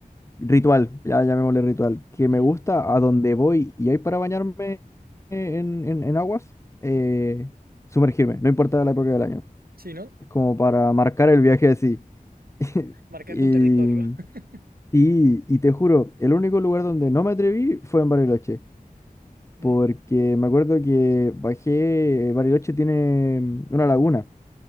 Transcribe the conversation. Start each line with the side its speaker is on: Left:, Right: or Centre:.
Left: Ritual, ya llamémosle ritual, que me
Right: Mm.
Left: gusta a donde voy y hay para bañarme en, en- en aguas, eh, sumergirme, no importa la época del año.
Right: Sí, ¿no?
Left: Es como para marcar el viaje así. <laughs>
Right: Marcar
Left: Y,
Right: tu territorio. <laughs>
Left: y, y te juro, el único lugar donde no me atreví fue en Bariloche,
Right: Mm,
Left: porque me acuerdo que bajé, Bariloche tiene mm, una laguna,